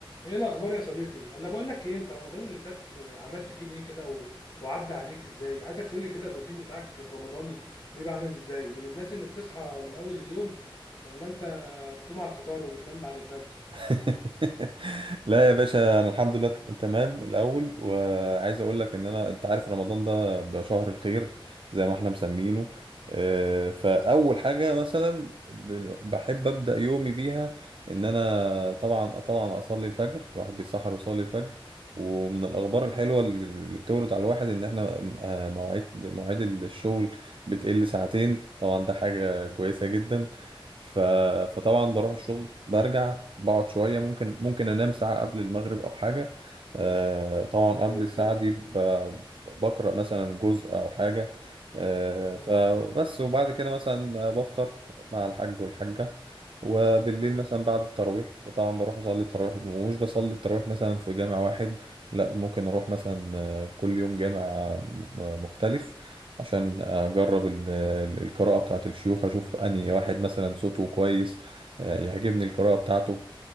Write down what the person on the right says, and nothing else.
<laughs> لا يا باشا انا الحمد لله ت- تمام الاول وعايز اقول لك ان انا انت عارف رمضان ده بيبقى شهر الخير زي ما احنا مسمينه آه، فاول حاجه مثلا ب- بحب ابدا يومي بيها ان انا طبعا طبعا اصلي الفجر الواحد بيسحر ويصلي الفجر ومن الاخبار الحلوه اللي اللي بتورد على الواحد ان احنا آه، مواعيد مواعيد الشغل بتقل ساعتين طبعا ده حاجه كويسه جدا ف... فطبعا بروح الشغل برجع بقعد شوية ممكن ممكن أنام ساعة قبل المغرب أو حاجة آه، طبعا
قبل
الساعة دي ب... بقرأ مثلا جزء أو حاجة آه،
فبس وبعد كده مثلا بفطر مع الحاج والحاجة وبالليل
مثلا بعد التراويح طبعا بروح أصلي التراويح مش بصلي التراويح مثلا في جامع واحد لا ممكن أروح مثلا آه، كل يوم جامع آه، م- مختلف عشان اجرب ال- ال- القراءة بتاعة الشيوخ اشوف انهي واحد مثلا صوته كويس آه، يعجبني القراءة بتاعته